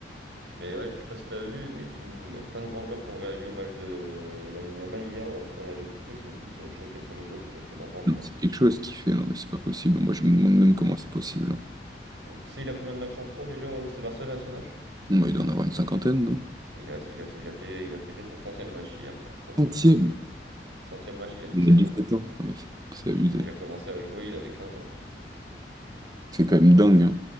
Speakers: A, on the right; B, on the right.
A: Mais ouais, je sais pas si t'as vu, mais tout, il y a plein de grands joueurs qui ont réagi au match de, de Lamine Yamal hier euh, sur les réseaux sociaux. Ils sont tous euh, choqués de son niveau. Je sais pas ce que t'en penses,
B: Non,
A: toi.
B: c'est quelque chose qui fait. Non, mais c'est pas possible. Moi, je me demande même comment c'est possible. hein.
A: Hum. Tu sais, il a combien de matchs en pro déjà au FC Barcelone à son âge?
B: Non, il doit en avoir une cinquantaine, non?
A: Il a, il a, il a fait, il a fêté son centième match hier en pro
B: Centième.
A: à Barcelone. Centième match, il a dix
B: Il
A: sept
B: a 17
A: ans.
B: ans. Non, mais c'est c'est abusé.
A: Il a commencé à jouer, il avait 15 ans.
B: C'est quand même dingue. hein.